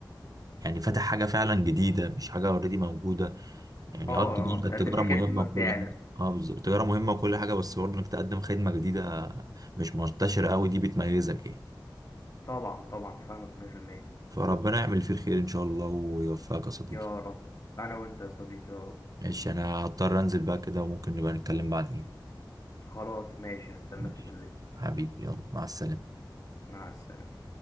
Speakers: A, on the right (about 50°); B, on the left (about 45°).
A: يعني فاتح حاجة فعلا جديدة مش حاجة اوريدي موجودة يعني
B: اه
A: اه التجارة
B: اه بتقدم
A: التجارة مهمة
B: خدمة
A: وكل
B: فعلا
A: حاجة اه بالظبط التجارة مهمة وكل حاجة بس برضه انك تقدم خدمة جديدة مش منتشرة قوي دي بتميزك يعني
B: طبعا طبعا فاهمك 100%
A: فربنا يعمل فيه الخير ان شاء الله ويوفقك يا صديقي
B: يا رب انا وانت يا صديقي يا رب
A: ماشي انا هضطر انزل بقى كده وممكن نبقى نتكلم بعدين
B: خلاص ماشي هستناك
A: ماشي
B: تكلمني
A: حبيبي يلا مع السلامة
B: مع السلامة